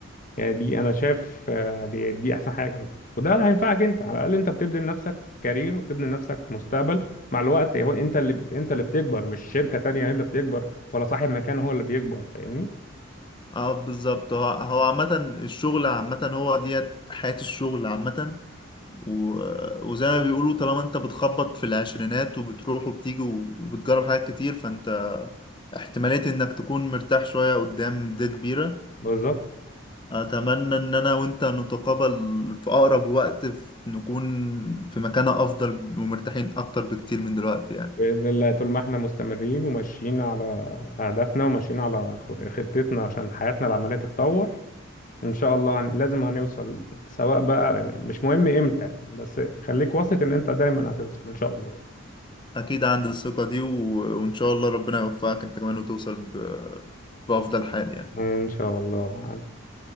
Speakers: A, on the left (about 40°); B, on the left (about 25°).
A: يعني دي انا شايف آه، دي دي احسن حاجه يعني. وده هينفعك انت على الاقل انت بتبني لنفسك كارير وبتبني لنفسك مستقبل مع الوقت هو انت اللي بت- انت اللي بتكبر مش شركه تانية هي اللي بتكبر ولا صاحب مكان هو اللي بيكبر فاهمني
B: اه بالظبط هو هو عامة الشغل عامة هو ديت حياة الشغل عامة و... وزي ما بيقولوا طالما انت بتخبط في العشرينات وبتروح وبتيجي وبتجرب حاجات كتير فانت احتمالية انك تكون مرتاح شوية قدام دي كبيرة
A: بالظبط
B: أتمنى إن أنا وأنت نتقابل في أقرب وقت في نكون في مكانة أفضل ومرتاحين أكتر بكتير من دلوقتي يعني
A: بإذن الله طول ما احنا مستمرين وماشيين على أهدافنا وماشيين على خ- خطتنا عشان حياتنا العملية تتطور إن شاء الله هن... لازم هنوصل سواء بقى مش مهم إمتى بس خليك واثق إن أنت دايما هتوصل إن شاء الله
B: أكيد عندي الثقة دي و... وإن شاء الله ربنا يوفقك أنت كمان وتوصل ب... بأفضل حال يعني
A: إن شاء الله